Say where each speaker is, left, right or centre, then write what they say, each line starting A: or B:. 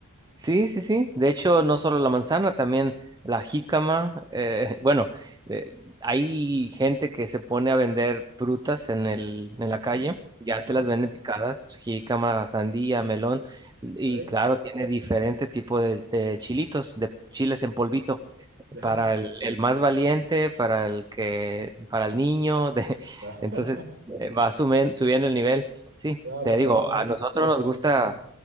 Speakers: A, on the right; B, on the right.
A: Sí, sí, sí. De hecho, no solo la manzana, también la jícama. eh, <laughs> bueno, eh, hay gente que se pone a vender frutas en el, en
B: Ajá,
A: la calle. Ya
B: ajá,
A: te las venden picadas, jícama, sandía, melón. Y
B: ok,
A: claro, tiene diferente tipo de, de chilitos, de chiles en polvito.
B: ya.
A: Para el, el más valiente, para el que, para el niño. De, <laughs>
B: <laughs>
A: entonces, eh, va sumen- subiendo el nivel. Sí,
B: Claro,
A: te
B: no,
A: digo,
B: no, son
A: a nosotros nos
B: impresionantes.
A: gusta.